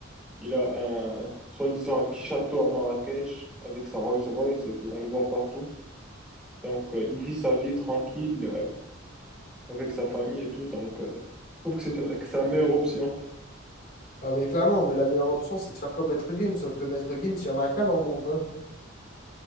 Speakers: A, in the centre; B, on the left (about 45°).
A: Il a un, soi-disant, un petit château à Marrakech avec sa Rolls-Royce et tout. On le voit partout. Donc, euh, il vit sa vie tranquille, euh, avec sa famille et tout. Donc, euh, je trouve que c'est que c'est la meilleure option.
B: Avec l'amant, mais la meilleure option, c'est de faire comme Maître Gims. Sauf que Maître Gims, il y en a qu'un dans le monde. hein.